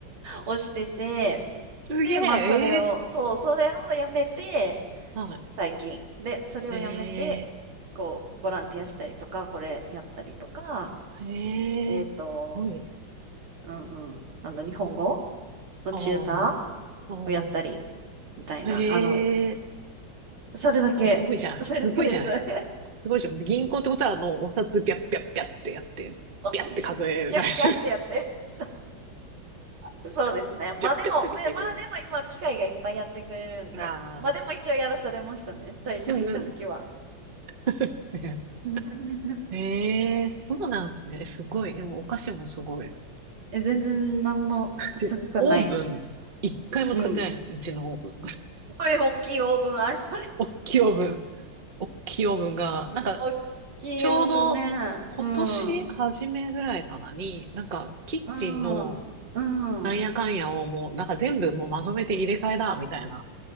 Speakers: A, on the right; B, on the right.
A: をしてて、
B: すげえ、
A: で、まあそれを、
B: ええ
A: そう、それをやめて、
B: はい。
A: 最近。で、それをやめて、
B: ええ
A: こう、ボランティアしたりとか、これやったりとか、
B: ええすごい。
A: えっと、うんうん。あの、日本語のチュータ
B: ああ、あ
A: ーをやったり、みたいな。
B: あ、
A: あの、
B: ええ
A: それだけ、
B: すごいじゃん。
A: <laughs> それだけです。
B: すごいじゃないですか。
A: <laughs>
B: すごいじゃん。銀行ってことは、あの、お札ピャッピャッピャッってやって、
A: おすすピャッピャッピャッってやって。
B: ピャッて数えられる。
A: そう、そうですね。
B: <laughs>
A: まあでも、
B: ピャッピャッってできる。
A: めまあでも今、機械がいっぱいやってくれるんで。
B: ああ。
A: まあでも一応やらされましたね。最初入った時は。
B: でもね、<laughs>
A: <laughs>
B: ええそうなんですね。すごい。でもお菓子もすごい。
A: え、全然なんもすごくない。
B: でオーブン、一回も使ってないです。
A: うん。
B: うちのオーブン。
A: これ大きいオーブンある。<laughs>
B: <laughs> おっきいオーブン。おっきいオーブンが、なんか、
A: 大きいオーブンね。
B: ちょうど今年初めぐらいかなに、
A: うん。
B: なんか、キッチンの
A: うん。
B: なんやかんやをもう、
A: うん。
B: なんか全部もうまとめて入れ替えだ、みたいな